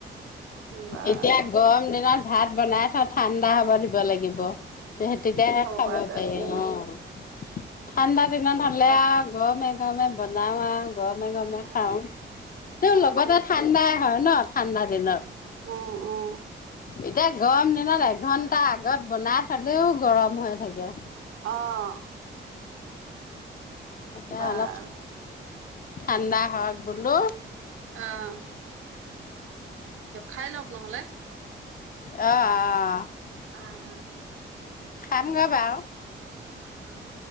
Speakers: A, on the right; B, on the left.
A: বাৰু
B: এতিয়া গৰম দিনত ভাত বনাই থৈ ঠাণ্ডা হ'ব দিব লাগিব। তেহ তেতিয়াহে খাব
A: পৰা যায়
B: পাৰি
A: উম
B: অ'। ঠাণ্ডা
A: তাকে
B: দিনত হ'লে আৰু গমে গমে বনাওঁ আও গৰমে গমে
A: উম
B: খাওঁ । তেওঁ
A: উম
B: লগতে ঠাণ্ডাই হয় ন। ঠাণ্ডা দিনত।
A: অ'-অ'
B: এতিয়া গৰম দিনত এঘন্টা আগত বনাই থলেও গৰম হৈ থাকে।
A: অ'
B: তেতিয়া
A: বাৰু
B: অলপ ঠাণ্ডা <unintelligible> বুলো
A: অহ দিয়ক, খাই লওঁক নহ'লে?
B: অ', আ, আ।
A: <unintelligible>
B: খাম গৈ বাৰু।
A: অ', অ'।